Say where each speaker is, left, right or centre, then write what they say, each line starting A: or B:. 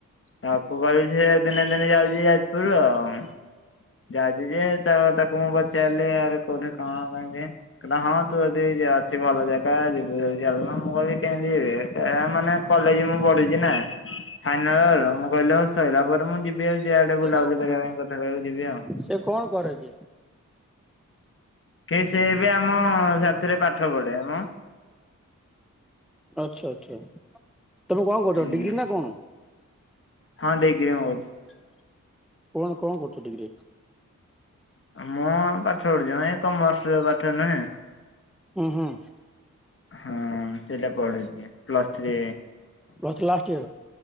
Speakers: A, on the left (about 40°); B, in the centre.
A: ତାକୁ କହିଲି ସେ ଦିନେ ଦିନେ ଯାଉଛି ଯାଜପୁରରୁ ଆଉ ଯା ଯ ଯେ ତା ତାକୁ ମୁଁ ପଚାରିଲେ ଆ କୋଉଠି କଣ କ ହଁ ତୁ ଯଦି ଯ ଅଛି ଭଲ ଭଲ ଜାଗା ଯିବୁ ଯଲ ମୁଁ କହିଲି କେମତି ମାନେ କଲେଜ ମୁଁ ପଢୁଛି ନା। ଫାଇନାଲର ମୁଁ କ ସଇଲା ପରେ ମୁଁ ଯିବି ଆଉ ଯିଆଡେ ବୁଲାବୁଲି
B: ହୁଁ
A: କରିବା ପାଇଁ କଥା କହକୁ ଯିବି ଆଉ।
B: ସେ କଣ କରେ କି
A: କି ସେ ବି ଆମ ସାଥିରେ ପାଠ ପଢେମ।
B: ଆଚ୍ଛା ଆଚ୍ଛା ତମେ କଣ କହୁଛ
A: ହୁଁ
B: ଡିଗ୍ରୀ ନା କଣ?
A: ହଁ ଡିଗ୍ରୀ ମୁଁ <unintelligible>
B: କଣ କଣ କରୁଛ ଡିିକ୍ରୀ?
A: ମୁଁ ପାଠ ପଢିଛି ଏ କମର୍ସ ନୁହେଁ
B: ହୁଁ ହୁଁ।
A: ହଁ ସେଟା ପଢୁଛି ପ୍ଲସ୍ ଥ୍ରୀ।
B: ପ୍ଲସ ଲାଷ୍ଟ